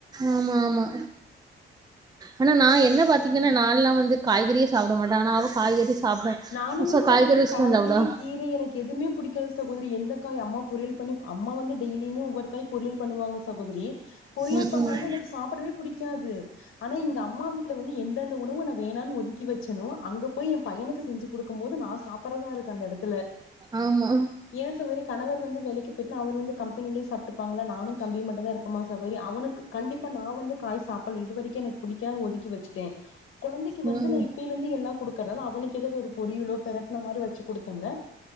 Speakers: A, on the right; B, on the left.
A: ஆமா ஆமா ஆனா நா என்ன பாத்தீங்கனா நான்லா வந்து காய்கறியே சாப்பட மாட்ட ஆனா அவ காய்கறி சாப்ட
B: நானுமே
A: சோ
B: சகோதிரி
A: காய்கறி வச்சுதா
B: காய்கறி
A: சாப்டுவா
B: கீரை எனக்கு எதுவுமே புடிக்காது சகோதிரி எந்த காய் அம்மா பொரியல் பண்ணி அம்மா வந்து டெய்லியுமே ஒவ்வொருக்காய் பொரியல் பண்ணுவாங்க சகோதிரி பொறியல்
A: ம்
B: பண்ணாலுமே
A: ம்
B: எனக்கு சாப்படவே புடிக்காது ஆனா இங்க அம்மா வீட்ல வந்து எந் இந்தந்த உணவு நா வேணானு ஒதுக்கி வச்சணோ அங்க போயி ஏ பையனுக்கு செஞ்சி குடுக்கு போது நா சாப்பறதா இருக்கு அந்த எடத்துல
A: ஆமா
B: ஏ சகோதரி கணவர் வந்து வேலிக்கு போய்ட்னா அவரு வந்து கம்பெனிலே சாப்ட்டுப்பாங்ளா நானு தம்பி மட்டு தா இருப் பமா சகோதரி அவனுக்கு கண்டிப்பா நா வந்து காய் சாப்பல இது வரிக்கு எனக் புடிக்கா ஒதுக்கி வச்சிட்டே கொழந்தைக்கு
A: ம்
B: வந்து நா
A: ம்
B: இப்பிலந்து எல்லா குடுக்கற அவனுக்கு ஏதாவது ஒரு பொரியலோ பெரட்டன மாரி வச்சி குடுத்தவுனோ